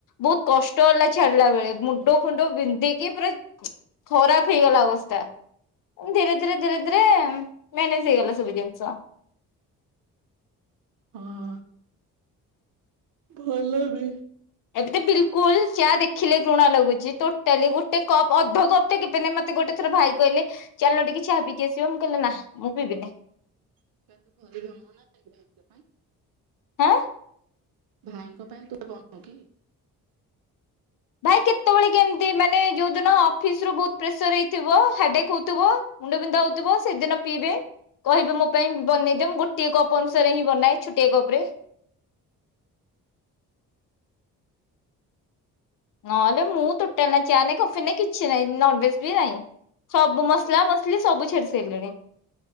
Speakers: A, on the left (about 60°); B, on the right (about 65°).
A: ବହୁତ କଷ୍ଟ ହେଲା ଛାଡିଲା ବେଳେ, ମୁଣ୍ଡ ଫୁଣ୍ଡ ବିନ୍ଧିକି ପୁରା ଖରାପ ହେଇଗଲା ଅବସ୍ତା। ଧୀରେ ଧୀିରେ ଧୀରେ ଧୀରେ ମ୍ୟାନେଜ ହେଇଗଲା ସବୁ ଜିନିଷ।
B: ହଁ। ଭଲ ବି।
A: ଏବେ ତ ବିଲକୁଲ ଚା' ଦେଖିଲେ ଘୃଣା ଲାଗୁଛି। ଟୋଟାଲି ଗୋଟେ କପ୍, ଅଧ କପ୍ ମତେ କେବେନାଇଁ ମତେ ଗୋଟେ ଥର ଭାଇ କହିଲେ, ଚାଲୁନ ଟିକେ ଚାହା ପିଇକି ଆସିବ? ମୁଁ କହିଲି ନା, ମୁଁ ପିିବିନି।
B: <inaudible>
A: ହାଁ।
B: ଭାଇଙ୍କ ପାଇଁ, ତୁ ବନଉ କି?
A: ଭାଇ କେତେବେଳେ କେମତି, ମାନେ ଯୋଉ ଦିନ ଅଫିସ୍ ରୁ ବହୁ ପ୍ରେସର୍ ହେଇଥିବ, ହେଡାକ ହଉଥିବ ମୁଣ୍ଡ ବିନ୍ଧା ହଉଥିବ, ସେଦିନ ପିଇବେ। କହିବେ ମୋ ପାଇଁ ବନେଇ ଦେ, ମୁଁ ଗୋଟିଏ କପ୍ ଅନୁସାରେ ହିଁ ବନାଏ। ଛୋଟିଆ କପ୍ ରେ ନହେଲେ ମୁଁ ଟୋଟାଲି ନାଇଁ ଚା' ନାଇଁ, କଫି ନାଇଁ, କିଛି ନାଇଁ, ନନ୍ ଭେଜ ବି ନାଇଁ। ସବୁ ମସଲା ମସଲି ସବୁ ଛାଡ଼ି ସାଇଲିଣି।